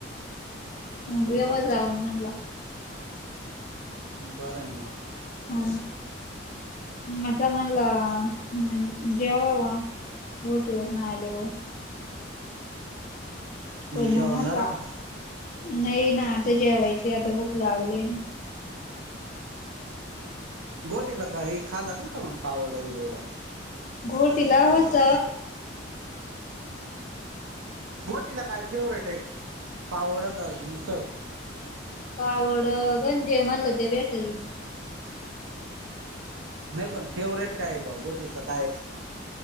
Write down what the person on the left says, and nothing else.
मग येवा
जाऊन म्हणल.
हा आता म्हणला- <unintelligible> जेव्हा वा गोटीवरन आले व. ब <unintelligible> मग
म्हंटला
नाही ना, आता जेवायचे आता भूक लागले ना.
घोटीला होत-
पावड गण जेवण म्हणलं ते भेटल <unintelligible>